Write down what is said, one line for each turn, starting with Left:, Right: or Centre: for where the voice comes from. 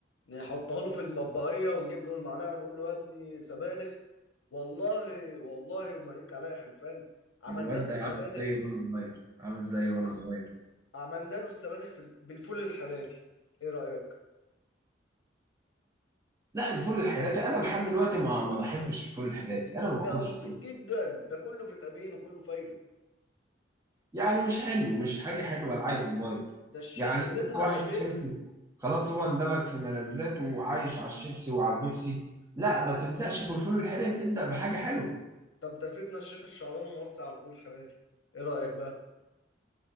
Left: نحطها له في المطبقية ونجيب له المعلقة ونقول له يا ابني سبانخ والله والله وما ليك عليا حلفان عملنا
Right: الواد
Left: له
Right: ده
Left: السبانخ
Right: عامل زي وانا صغير عامل زي وانا صغير
Left: عملنا له السبانخ في ال- بالفول الحراتي ايه رأيك؟
Right: لا الفول الحيراتي انا لحد دلوقتي ما ما بحبش الفول الحيراتي انا ما باكلش
Left: لا مفيد
Right: الفول
Left: جدا ده كله فيتامين وكله فايدة
Right: يعني مش حلو مش حاجه حلوه لعيل صغير
Left: ده الشيخ
Right: يعني
Left: ده سيدنا
Right: انت واحد
Left: الشيخ
Right: شايفه خلاص هو اندمج في ملذاته وعايش على الشيبسي وعلى البيبسي لا ما تبداش بالفول الحيراتي ابدا بحاجه حلوه
Left: طب ده سيدنا الشيخ الشعراني موسع على الفول الحراتي ايه رأيك بقى؟